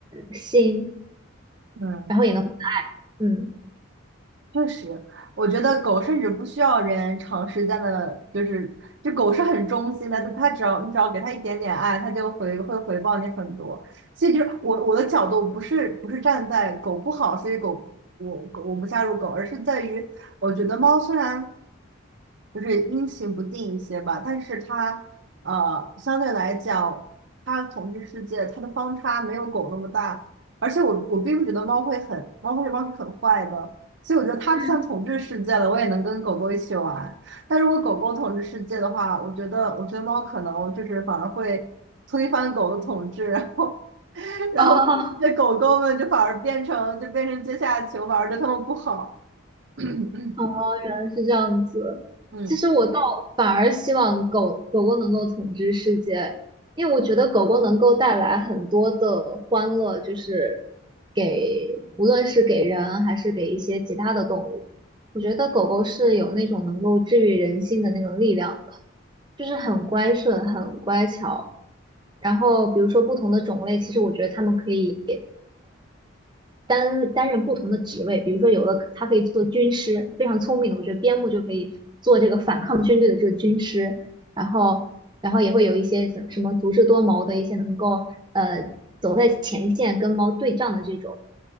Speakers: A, on the right; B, on the right.
A: 心，
B: 嗯。
A: 然后也能嗯。<laughs>
B: 确实，我觉得狗甚至不需要人长时间的，就是这狗是很忠心的，它它只要你只要给它一点点爱，它就回会回报你很多。所以就是我我的角度不是不是站在狗不好，所以狗我狗我不加入狗，而是在于我觉得猫虽然就是阴晴不定一些吧，但是它呃相对来讲，它统治世界它的方差没有狗那么大，而且我我并不觉得猫会很猫会猫是很坏的。所以我觉得它就算统治世界了，
A: 嗯
B: 我也能跟狗狗一起玩。但如果狗狗统治世界的话，我觉得，我觉得猫可能就是反而会推翻狗的统治，然后，<laughs> 然后那狗狗们就反而变成就变成阶下囚，
A: 哦，
B: 反而对它们不好。<coughs> <clears throat>
A: 哦，原来是这样子。
B: 嗯，
A: 其实我倒反而希望狗狗狗能够统治世界，因为我觉得狗狗能够带来很多的欢乐，就是给无论是给人还是给一些其他的动物，我觉得狗狗是有那种能够治愈人心的那种力量的，就是很乖顺、很乖巧。然后比如说不同的种类，其实我觉得它们可以。担担任不同的职位，比如说有的他可以做军师，非常聪明的，我觉得边牧就可以做这个反抗军队的这个军师，然后然后也会有一些什什么足智多谋的一些能够呃走在前线跟猫对仗的这种，